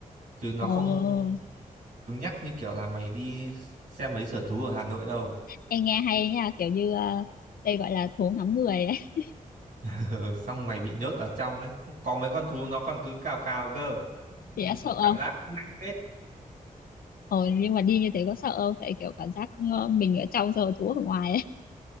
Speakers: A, on the right; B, on the left.
A: chứ nó
B: ồ,
A: không cứng nhắc như kiểu là mày đi xem mấy sở thú ở Hà Nội đâu. <laughs>
B: em nghe hay nha kiểu như ờ, đây gọi là thú ngắm người ấy. <laughs>
A: Ừ, xong mày bị nhốt vào trong ấy. Có mấy con thú nó còn cứ cào cào cơ.
B: thì
A: Ừ,
B: đã sợ
A: Cảm
B: không
A: giác cũng mạnh phết.
B: Ồ, nhưng mà đi như thế có sợ không tại kiểu cảm giác ờ, mình ở trong rồi thú ở ngoài ấy